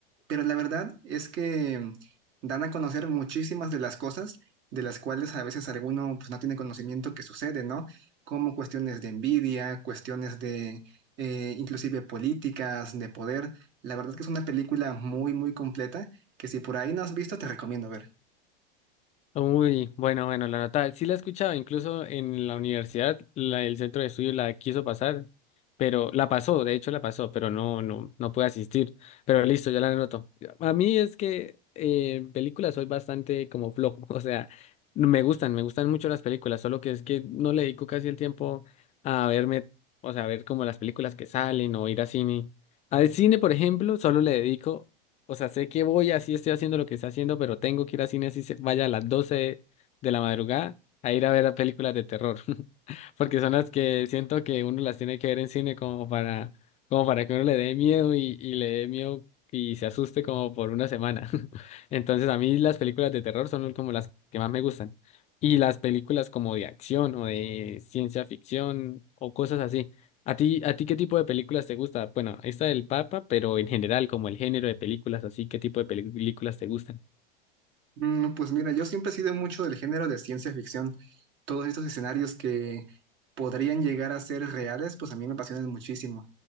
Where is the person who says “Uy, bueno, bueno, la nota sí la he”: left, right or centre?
Left